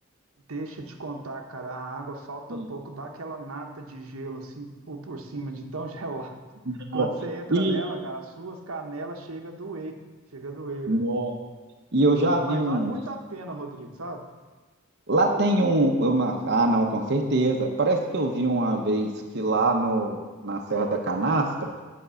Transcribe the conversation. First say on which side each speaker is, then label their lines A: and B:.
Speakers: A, on the right (about 85°); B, on the right (about 55°).
A: deixa eu te contar, cara, a água falta
B: Hum.
A: pouco, dá aquela nata de gelo, assim, por, por cima de tão <laughs> gelada
B: Nó.
A: Quando você entra
B: E,
A: nela, cara, as suas canelas chega a doer. Chega a doer,
B: no,
A: velho.
B: E eu já vi
A: Mas
B: uns.
A: vale muito a pena, Rodrigo, sabe?
B: Lá tem um, uma- ah, não, com certeza. Parece que eu vi uma vez que lá no, na Serra da Canastra